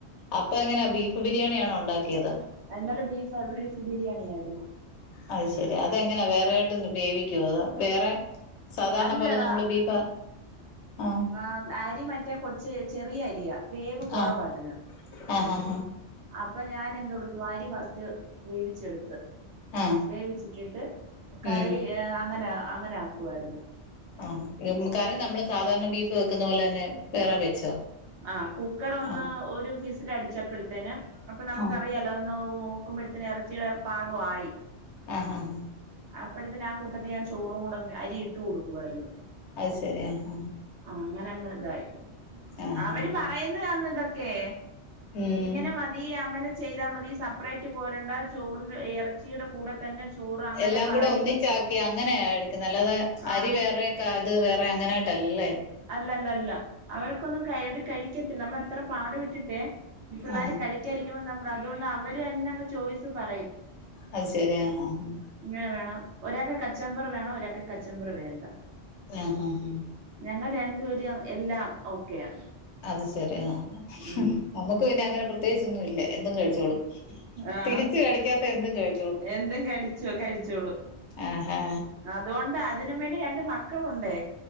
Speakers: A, on the left; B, on the right.
A: അപ്പൊ എങ്ങനാ ബീഫ് ബിരിയാണിയാണോ ഉണ്ടാക്കിയത്
B: ആഹ് ഇന്നലെ ബീഫ് ബീഫ് ബിരിയാണി ആയിരുന്നു
A: അത് ശരി അതെങ്ങനാ വേറെ ആയിട്ട് വേവിക്കോ അതോ വേറെ സാധാരണ
B: അല്ലടാ
A: പോലെ നമ്മള് ബീഫാ ആ
B: ആഹ് അരി മറ്റേ കൊച്ച് ചെറിയ അരിയാ വേവ് കുറവാ
A: ആഹ്
B: അതിന്
A: ആഹ് ആഹ് ആഹ്
B: അപ്പൊ ഞാൻ എന്തോ ഉടുത്തു അരി ഫസ്റ്റ് വേവിച്ചെടുത്ത്
A: ആഹ്
B: വേവിച്ചിട്ടിട്ട് കറി
A: ഉം
B: അങ്ങനെ അങ്ങനെ ആക്കുവാരുന്നു
A: ആഹ് കറി നമ്മള് സാധാരണ ബീഫ് വെക്കുന്ന പോലെ തന്നെ വേറെ വെച്ചോ
B: ആ കുക്കർ ഒന്ന്
A: ആഹ്
B: ഒരു വിസി അടിച്ചപ്പഴത്തേന് അപ്പൊ നമുക്കറിയാലോ
A: ആഹ്
B: ഒന്ന് നോക്കുമ്പഴത്തേന് എറച്ചിയുടെ പാകം ആയി
A: ആഹ് ആഹ് ആഹ്
B: അപ്പഴത്തിന് ആ കൂട്ടത്തി ഞാൻ ചോറും കൂടങ്ങ് അരി ഇട്ടു കൊടുക്കുവായിരുന്നു
A: അത് ശെരി ആഹ്
B: ആഹ് അങ്ങനങ്ങ് ഇതായി
A: ആഹ്
B: അവര്
A: ആഹ്
B: പറയുന്നതാന്ന് ഇതൊക്കെ
A: ഉം
B: ഇങ്ങനെ മതി അങ്ങനെ ചെയ്താ മതി സപ്പറേറ്റ് കോരെണ്ട ചോറിന്റെ എറച്ചിയുടെ കൂടെ തന്നെ ചോറ് അങ്ങനെ
A: എല്ലാംകൂടെ
B: പറയും
A: ഒന്നിച്ച അങ്ങനെയാ എടുക്കുന്നെ അല്ലാതെ
B: ആഹ്
A: അരി വേറെ ക്ക ഇത് വേറെ അങ്ങനെയായിട്ടല്ലല്ലേ
B: അല്ല അല്ല അല്ല അവരൊക്കൊന്നും അവര് കഴിക്കത്തില്ല നമ്മളത്ര പാടുപെട്ടിട്ടേ ഈ പിള്ളാര്
A: ആഹ്
B: കഴിക്കാരിക്കുമ്പോ നമുക്ക് അതുകൊണ്ട് അവര് തന്നെ അങ്ങ് ചോയ്സ്പറയും
A: അത് ശരി ആഹ് ആഹ് ആഹ്
B: ഇങ്ങനെ വേണം ഒരാക്ക് കച്ചമ്പറ് വേണം ഒരാക്ക് കച്ചമ്പറ് വേണ്ട
A: ആഹ് ആഹ് ആഹ്
B: ഞങ്ങ രണ്ട്പേരും എല്ലാം ഓക്കെയാ.
A: അത് ശെരി ആഹ്
B: ഉം
A: നമുക്ക് പിന്നെങ്ങനെ പ്രത്യേകിച്ചൊന്നും ഇല്ല എന്തും കഴിച്ചോളും
B: ആഹ്
A: തിരിച്ച് കടി ക്കാത്ത എന്തും കഴ്
B: എന്തും കടിച്ചോ കഴിച്ചോളും
A: ആഹാ
B: അതോണ്ട് അതിനും വേണ്ടി രണ്ട് മക്കളൊണ്ടേ